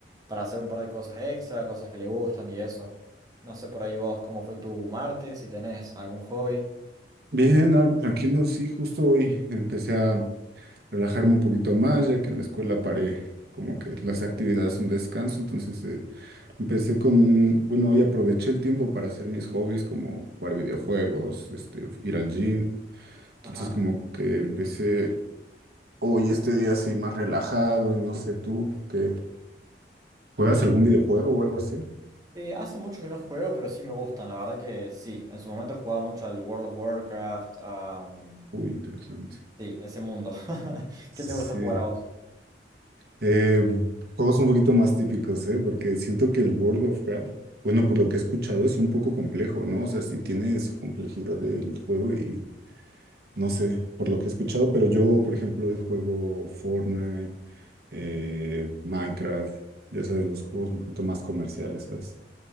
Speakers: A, on the right; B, on the right.
A: para hacer un par de cosas extra, cosas que le gustan y eso. No sé por ahí vos cómo fue tu martes, si tenés algún hobby.
B: Bien, algo tranquilo, sí, justo hoy empecé a relajarme un poquito más, ya que en la escuela paré como que las actividades son descanso, entonces eh, empecé con, bueno, hoy aproveché el tiempo para hacer mis hobbies como jugar videojuegos, este, ir al gym, entonces
A: Ajá.
B: como que empecé hoy este día así más relajado y no sé tú, ¿qué? ¿Juegas algún videojuego o algo así?
A: Eh, hace mucho que no juego, pero sí me gustan, la verdad que sí. En su momento jugaba mucho al World of Warcraft, am,
B: Uy, interesante.
A: sí, ese mundo. <laughs>
B: Sí.
A: ¿Qué te gusta jugar a vos?
B: Eh, juegos un poquito más típicos, ¿eh? Porque siento que el World of Warcraft, bueno, por lo que he escuchado, es un poco complejo, ¿no? O sea, sí tiene su complejidad del juego y no sé, por lo que he escuchado, pero yo, por ejemplo, juego Fortnite, eh, Minecraft, ya sabes, los juegos un poquito más comerciales, ¿sabes?